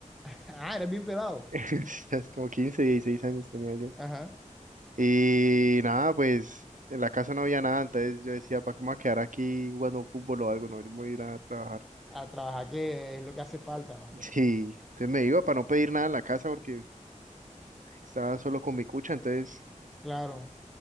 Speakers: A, in the centre; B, on the right.
A: Ah, eres bien pelado.
B: <laughs> Sí, como 15 16 años tenía
A: Ajá.
B: Y nada, pues en la casa no había nada, entonces yo decía, ¿para qué me voy a quedar aquí jugando fútbol o algo? No, yo me voy a ir a trabajar. <laughs>
A: A trabajar que es lo que hace falta, ¿no?
B: Sí, entonces me iba para no pedir nada en la casa porque estaba solo con mi cucha, entonces
A: Claro.